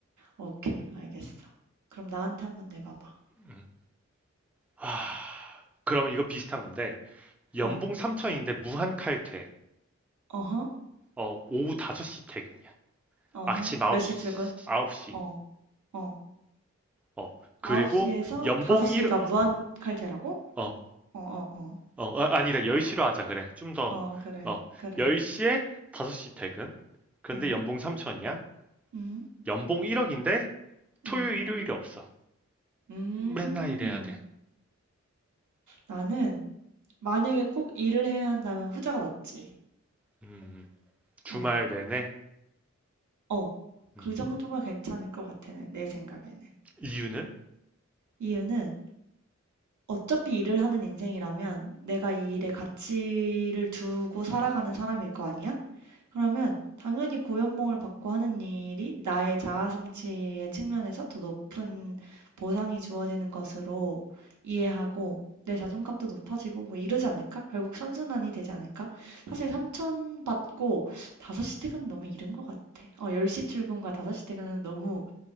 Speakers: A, on the right; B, in the centre.
A: 오케이. 알겠어. 그럼 나한테 한번 내봐 봐.
B: 음. 하, 그러면 이거 비슷한 건데, 연봉
A: 어.
B: 3천인데 무한 칼퇴.
A: 어허.
B: 어, 오후 5시 퇴근이야.
A: 어허.
B: 아침 9시,
A: 몇 시 출근?
B: 9시.
A: 어. 어.
B: 어, 그리고
A: 아홉 시에서
B: 연봉
A: 다섯 시가
B: 1,
A: 무한 칼퇴라고?
B: 어,
A: 어, 어, 어.
B: 어, 아, 아니다. 10시로 하자. 그래. 좀 더,
A: 어 그래,
B: 어,
A: 그래.
B: 10시에 5시 퇴근. 근데
A: 음.
B: 연봉 3천이야.
A: 음.
B: 연봉 1억인데 토요일,
A: 음.
B: 일요일이 없어.
A: 음.
B: 맨날 일해야 돼.
A: 나는 만약에 꼭 일을 해야 한다면 후자가 낫지.
B: 음, 주말
A: 어.
B: 내내.
A: 어.
B: 음,
A: 그 정도가 괜찮을 것 같아. 내, 내 생각에는.
B: 이유는?
A: 이유는 어차피 일을 하는 인생이라면 내가 이 일에 가치를 두고 살아가는 사람일 거 아니야? 그러면 당연히 고연봉을 받고 하는 일이 나의 자아 성취의 측면에서 더 높은 보상이 주어지는 것으로 이해하고 내 자존감도 높아지고 뭐 이러지 않을까? 결국 선순환이 되지 않을까? 사실 3천 받고 5시 퇴근은 너무 이른 것 같아. 어, 10시 출근과 5시 퇴근은 너무